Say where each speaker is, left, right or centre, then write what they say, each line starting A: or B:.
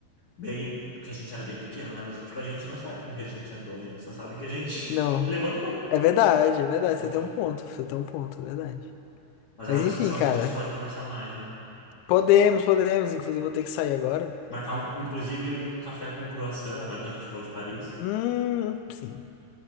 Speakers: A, on the left (about 25°); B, on the left (about 80°).
A: bem, porque a gente era bem pequeno, né? Mas tipo, a gente não sabe como que a gente andou, a gente só sabe que a gente
B: Não.
A: <laughs> levantou.
B: É verdade, é verdade.
A: Enfim.
B: Você tem um ponto. Você tem um ponto, é verdade.
A: Mas
B: Mas
A: é uma
B: enfim,
A: discussão
B: cara.
A: que a gente pode conversar mais, né?
B: Podemos, podemos. Inclusive, vou ter que sair agora.
A: Marcar, um, inclusive, um café com croissant, agora que a gente falou de Paris.
B: Hum, sim.